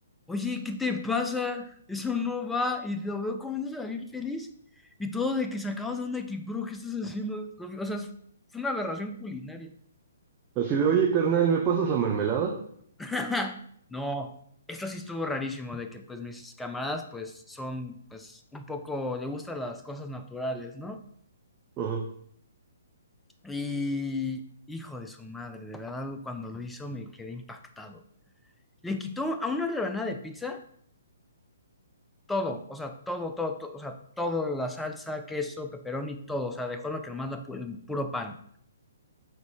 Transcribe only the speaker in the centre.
oye, ¿qué te pasa? Eso no va. Y lo veo comiéndose bien feliz. Y todo de que sacabas de onda, de que, bro, ¿qué estás haciendo? O sea, fue una aberración culinaria.
<laughs> No, esto sí estuvo rarísimo, de que pues mis camaradas pues son pues un poco, le gustan las cosas naturales, ¿no?
Y hijo de su madre, de verdad, cuando lo hizo me quedé impactado. Le quitó a una rebanada de pizza todo, o sea, todo, todo, todo, o sea, todo, la salsa, queso, pepperoni, todo, o sea, dejó lo que nomás la pu- el puro pan.